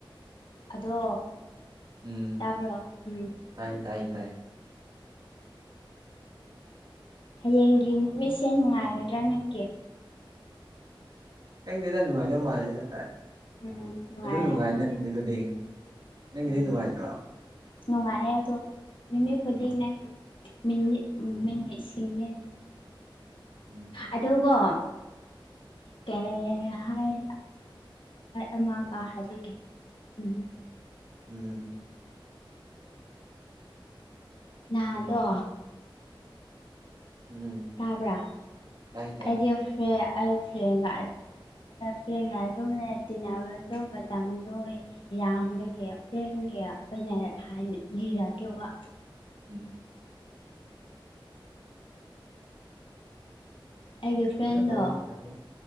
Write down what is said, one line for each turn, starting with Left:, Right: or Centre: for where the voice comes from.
Left: ꯑꯗꯣ
Right: ꯎꯝ
Left: ꯇꯥꯕ꯭ꯔꯣ ꯎꯝ
Right: ꯇꯥꯏ ꯇꯥꯏ ꯇꯥꯏ
Left: ꯍꯌꯦꯡꯒꯤ ꯅꯨꯃꯤꯠꯁꯦ ꯅꯨꯡꯉꯥꯏꯒꯗ꯭ꯔꯥ ꯅꯪꯒꯤ
Right: ꯈꯪꯗꯦꯗ ꯅꯨꯡꯉꯥꯏꯗꯧ ꯃꯥꯜꯂꯦꯗ
Left: ꯎꯝ
Right: ꯑꯗꯨꯝ
Left: ꯅꯨꯡꯉꯥꯏꯔꯝꯅꯤ
Right: ꯅꯨꯡꯉꯥꯏ ꯅꯪ ꯅꯨꯃꯤꯠ ꯈꯨꯗꯤꯡ ꯅꯪꯒꯤꯗꯤ
Left: ꯎꯝ
Right: ꯅꯨꯡꯉꯥꯏꯇ꯭ꯔꯣ
Left: ꯅꯨꯡꯉꯥꯏꯌꯦ ꯑꯗꯣ ꯃꯤꯃꯤꯠ ꯈꯨꯗꯤꯡ
Right: ꯎꯝ
Left: ꯅꯠꯇꯦ ꯃꯤꯅꯤꯠ ꯎ ꯃꯤꯠꯁꯤꯅꯦ
Right: ꯎꯝ
Left: ꯑꯗꯨꯒꯣ ꯀꯩ ꯍꯥꯏ ꯑꯃꯒ ꯍꯥꯏꯕꯤꯒꯦ ꯎꯝ
Right: ꯎꯝ
Left: ꯅꯍꯥꯗꯣ
Right: ꯎꯝ
Left: ꯇꯥꯕ꯭ꯔꯥ
Right: ꯇꯥꯏ ꯇꯥꯏ
Left: ꯑꯩꯗꯤ ꯐ꯭ꯔꯦꯟ ꯑꯩ ꯐ꯭ꯔꯦꯟꯒ ꯐꯦꯟꯒ ꯑꯗꯨ ꯇꯤꯟꯅꯕꯗ ꯃꯇꯝꯗꯣ ꯌꯥꯝꯕꯒꯤ ꯐ꯭ꯔꯦꯡꯒꯤ ꯀꯩꯅ ꯍꯥꯏ ꯂꯤꯔꯒꯦꯀꯣ
Right: ꯎꯝ
Left: ꯑꯩꯒꯤ ꯐ꯭ꯔꯦꯟꯗꯣ
Right: ꯂꯤꯔꯛꯑꯣ ꯂꯤꯔꯛꯑꯣ